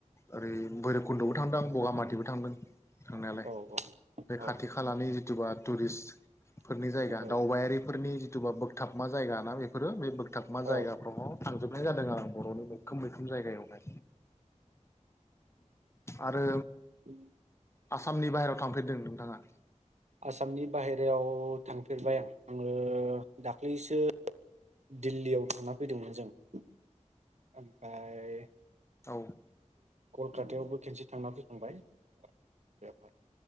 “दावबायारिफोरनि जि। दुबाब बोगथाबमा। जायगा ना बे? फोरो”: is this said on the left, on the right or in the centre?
Left